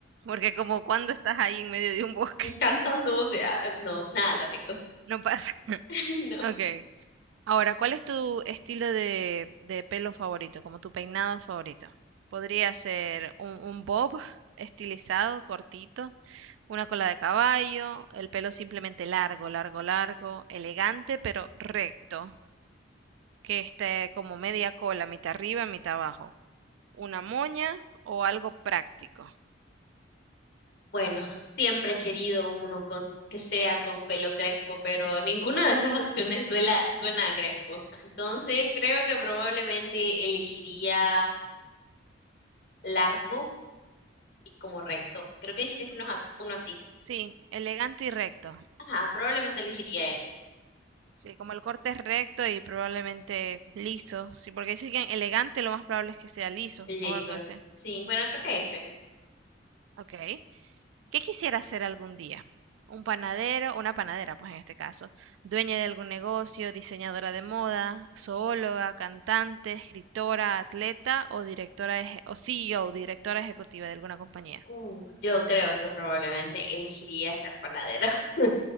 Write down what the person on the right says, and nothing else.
porque como cuando estás ahí en medio de un bosque,
no pasa. <laughs>
Ok. Ahora, ¿cuál es tu estilo de, de pelo favorito, como tu peinado favorito? Podría ser un, un bob estilizado, cortito, una cola de caballo, el pelo simplemente largo, largo, largo, elegante, pero recto, que esté como media cola, mitad arriba, mitad abajo, una moña o algo práctico.
Sí, elegante y recto.
Sí, como el corte es recto y probablemente liso. Sí, porque dicen que elegante lo más probable es que sea liso
o algo así.
Ok. ¿Qué quisiera ser algún día? Un panadero, una panadera, pues en este caso, dueña de algún negocio, diseñadora de moda, zoóloga, cantante, escritora, atleta o directora eje- o CEO, directora ejecutiva de alguna compañía.